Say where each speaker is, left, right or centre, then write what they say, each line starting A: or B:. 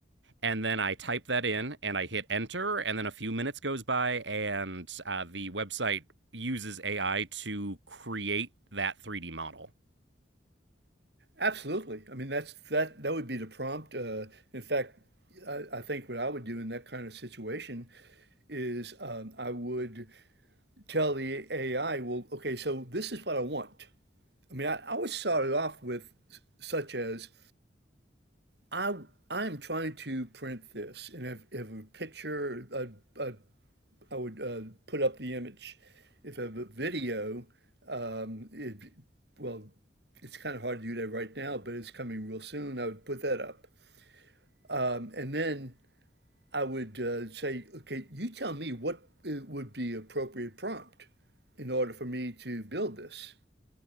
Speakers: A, on the right; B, on the right.
A: and then I type that in and I hit enter. And then a few minutes goes by and uh, the website uses AI to create that 3D model.
B: Absolutely. I mean, that's that. That would be the prompt. Uh, in fact, I, I think what I would do in that kind of situation is um, I would tell the AI, "Well, okay, so this is what I want." I mean, I, I always started off with s- such as I I'm trying to print this, and if, if a picture, I, I, I would uh, put up the image. If I have a video, um, it, well, it's kind of hard to do that right now, but it's coming real soon. I would put that up, um, and then I would uh, say, okay, you tell me what it would be appropriate prompt in order for me to build this.